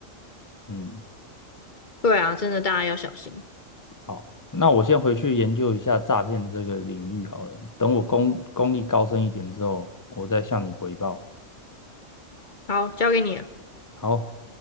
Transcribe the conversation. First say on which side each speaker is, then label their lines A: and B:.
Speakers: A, on the left; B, on the left.
A: 嗯，
B: 对啊，真的大家要小心。
A: 好，那我先回去研究一下诈骗这个领域好了。等我功功力高深一点之后，我再向你回报。
B: 好，交给你了。
A: 好。